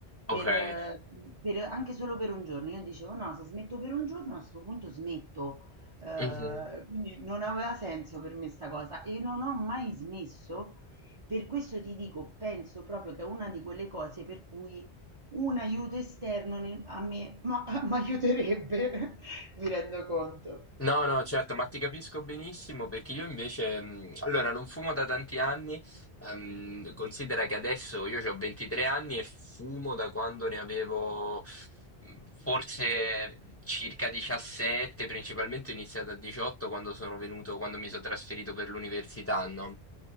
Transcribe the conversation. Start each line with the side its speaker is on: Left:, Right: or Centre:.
Left: okay.
Right: Per, eh, per- anche solo per un giorno, io dicevo no, se smetto per un giorno a questo punto smetto, Ehm,
Left: Mh-mh.
Right: quindi non aveva senso per me 'sta cosa e non ho mai smesso. Per questo ti dico, penso proprio che è una di quelle cose per cui un aiuto esterno nel a me ma m'aiuterebbe, <laughs> mi rendo conto.
Left: No, no, certo, ma ti capisco benissimo perché io invece, mh, allora, non fumo da tanti anni, ehm, considera che adesso io ho 23 anni e fumo da quando ne avevo mh, forse circa 17, principalmente ho iniziato a 18 quando sono venuto, quando mi sono trasferito per l'università, no?